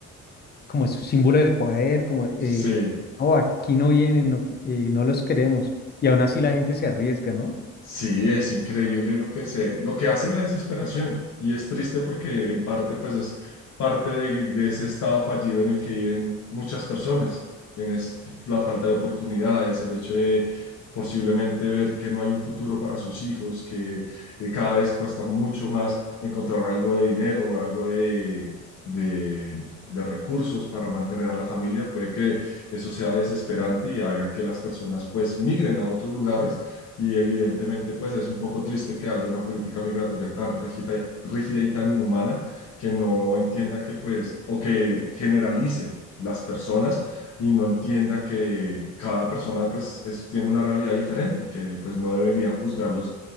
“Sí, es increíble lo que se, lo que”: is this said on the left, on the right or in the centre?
Left